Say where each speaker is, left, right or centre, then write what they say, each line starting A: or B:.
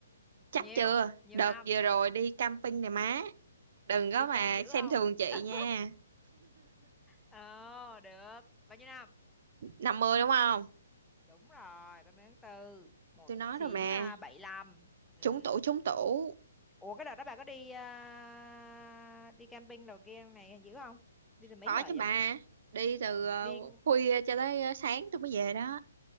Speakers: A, on the right; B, in the centre.
A: chắc
B: nhiều
A: chưa
B: nhiều
A: đợt
B: năm
A: vừa rồi đi camping này má đừng có
B: đi
A: mà
B: cam dữ
A: xem
B: không
A: thường chị
B: <laughs>
A: nha
B: ờ được bao nhiêu năm
A: năm mươi đúng không
B: đúng rồi ba mươi tháng tư một
A: tôi nói
B: chín
A: rồi mà
B: à, bảy lăm ừ.
A: trúng tủ trúng tủ
B: ủa cái đợt đó bà có đi à, đi camping đầu kia này dữ không đi từ mấy
A: có
B: giờ
A: chứ
B: vậy
A: bà đi từ ờ,
B: đi
A: khuya cho tới ờ, sáng tôi mới về đó